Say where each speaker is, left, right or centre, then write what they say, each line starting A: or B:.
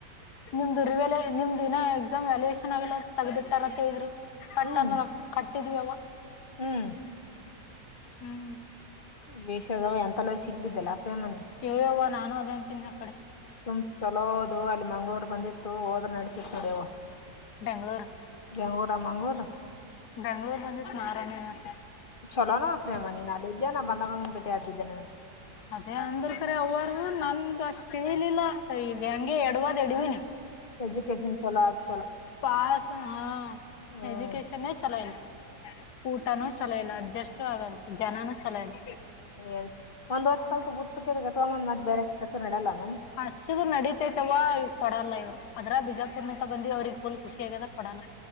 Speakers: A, on the left; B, on the left.
A: ನಿಮ್ದು ರಿವಲ್ಯ ನಿಮ್ದುಿನ ಎಕ್ಸಾಮ್ ವ್ಯಾಲ್ಯೇಷನ್ ಆಗೆಲ್ಲ ತಗದಿಟ್ಟಾರಂತ ಹೇಳಿದ್ರು ಪಟ್ಟನ್ನು
B: ಹ್ಮ್
A: ರ ಕಟ್ಟಿದವಿವಾ
B: ಹ್ಮ್
A: ಹ್ಮ್
B: ಬೇಷ ಅದಾವ ಎಂತಲ್ಲ ಸಿಗ್ಬಿದ್ದಲ್ಲ ಪ್ರೇಮನಿ
A: ಎ ಯ್ಯವ್ ನಾನು ಅದೇ ಅಂತಿನಲ್ಲ
B: ಸುಮ್ ಚಲೋದು ಅಲ್ಲಿ ಮಂಗಳೂರ್ ಬಂದಿತ್ತು ಹೋದ್ರ ನಡತಿತ್ತು ನೋಡ್ಯವ್ವ
A: ಬೆಂಗ್ಳೂರ್
B: ಬೆಂಗ್ಳೂರ ಹಾ ಮಂಗಳೂರ
A: ಬೆಂಗ್ಳೂರ್ ಬಂದಿತ್ ನಾರಾಯಣಿಸ
B: ಚಲೋ ನೋಡ್ ಪ್ರೇಮ ನೀನ್ ಅಲ್ಲಿ ಇದ್ಯಾ ನಾ ಬಂದಗಮ್ಮಿ ಬೆಟ್ಟಿತ್ತಿದ್ದ ನಿನಗ
A: ಅದೇ ಅಂದ್ರ ಕರೆ ಅವ್ವರು ನನ್ ಅಷ್ಟ ತಿಳಲಿಲ್ಲ ಹೆಂಗೆ ಎಡವದ್ ಎಡವಿನಿ
B: ಎಜುಕೆಷನ್ ಚಲೊ ತ್
A: ಪಸ್ಸಾ ಹಾ
B: ಹ್ಮ್
A: ಎಜುಕೇಶನ್ ಚಲೋ ಇಲ್ಲ. ಊಟನೂ ಚಲೋ ಇಲ್ಲ ಅಡ್ಜಸ್ಟ್ ಆಗಲ್ ಜನಾನೂ ಚಲೋ ಇಲ್ಲ.
B: ಏನ್ಚು ಒಂದ್ ವರ್ಷ ಕಲ್ತು ಬಿಟ್ಟು ಕೆರೆ ಕಿತ್ತೊಗೊಂದ್ ಮತ್ತ್ ಬೇರೆ ಕೆಲ್ಸ ನಡಲ್ಲಾನ
A: ಹಚ್ಚಿದ್ ನಡತೈತವಾ ಇವ ಕೊಡಲ್ಲ. ಅದ್ರ ಬಿಜಾಪುರ್ನಂತ ಬಂದಿವಿ ಅವ್ರಿಗೆ ಫುಲ್ ಖುಷಿ ಆಗದ ಕೊಡೋಲ್ಲ.